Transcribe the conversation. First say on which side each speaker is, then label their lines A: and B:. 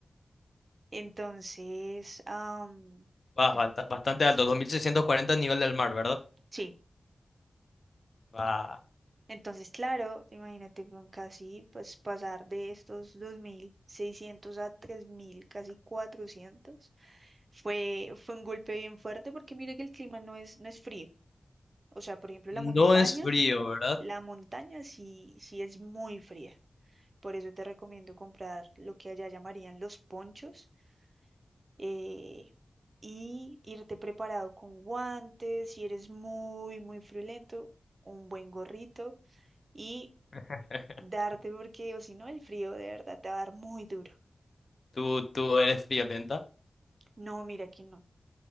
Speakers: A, on the right; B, on the left.
A: Entonces, am,
B: Vas
A: yo-
B: basta- bastante alto, 2640 nivel del mar, ¿verdad?
A: sí,
B: Va.
A: entonces, claro, imagínate con casi pues pasar de estos 2600 a 3000, casi cuatrocientos, Fue, fue un golpe bien fuerte porque mira que el clima no es, no es frío. O sea, por ejemplo,
B: No
A: la montaña,
B: es frío, ¿verdad?
A: la montaña sí, sí es muy fría. Por eso te recomiendo comprar lo que allá llamarían los ponchos eh, y irte preparado con guantes, si eres muy, muy friolento, un buen gorrito y
B: <laughs>
A: darte porque, o si no, el frío de verdad te va a dar muy duro.
B: Tú, tú eres friolenta.
A: No, mira que no.